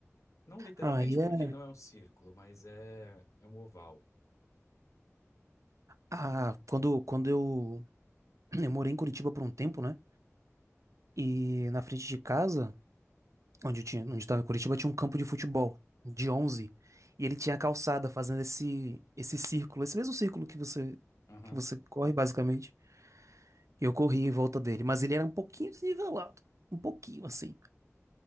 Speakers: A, on the left; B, on the right.
A: Não literalmente
B: Aí
A: porque
B: é.
A: não é um círculo, mas é, é um oval.
B: Ah, quando, quando eu Eu morei em Curitiba por um tempo, né? E na frente de casa, onde eu tinha, onde estava em Curitiba, tinha um campo de futebol de onze, E ele tinha a calçada fazendo esse esse círculo, esse mesmo círculo que você
A: Aham.
B: que você corre basicamente. E eu corri em volta dele, mas ele era um pouquinho desnivelado, um pouquinho assim.